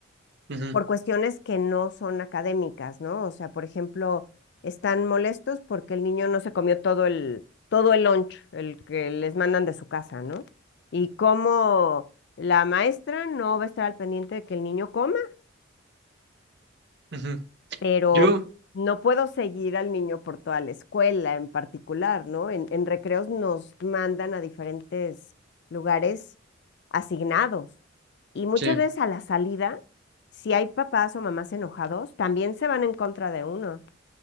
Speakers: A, on the right (about 55°); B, on the left (about 55°).
A: ujú,
B: por cuestiones que no son académicas, ¿no? O sea, por ejemplo, están molestos porque el niño no se comió todo el, todo el lunch, el que les mandan de su casa, ¿no? Y como la maestra no va a estar al pendiente de que el niño coma
A: ujú.
B: pero
A: Yo,
B: no puedo seguir al niño por toda la escuela en particular, ¿no? En, en recreos nos mandan a diferentes lugares asignados y muchas
A: sí,
B: veces a la salida, si hay papás o mamás enojados, también se van en contra de uno